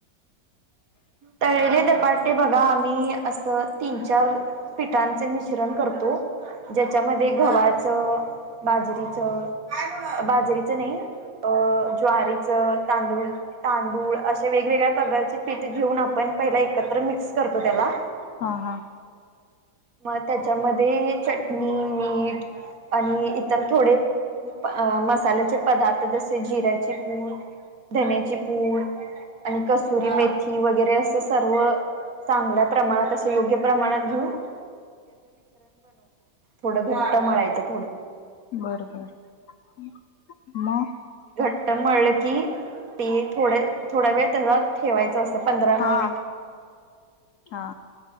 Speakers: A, on the right; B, on the left.
A: तळलेले धपाटे बघा आम्ही अस -- सं तीन चार पिठाचे मिश्रण करतो. जेच्यामधे ते गव्हाचंं, बाजरीचं, बाजरीचं नाही अ ज्वारीचं, तांदूळ तांदूळ अशे वेगवेगळ्या प्रकारच पीठ घेऊन आपण पहिला एकत्र मिक्स करतो त्याला.
B: हा, हा.
A: म.. त्याच्यामध्ये चटणी, मीठ -- आणि इतर थोडे म-अ.. मसाल्याचे पदार्थ जसे जिऱ्याची पूड धण्याची पूड आणि कसुरी मेथी वगैरे असं सर्व चांगल्या प्रमाणात असं योग्य प्रमाणात घेऊन -- थोडं घट्ट मळायचं थोडं.
B: बरं, बरं मग --
A: तर मळल की ते थोडे -- थोडा वेळ त्याला ठेवायच असं पंधरा मिनिट.
B: हा हा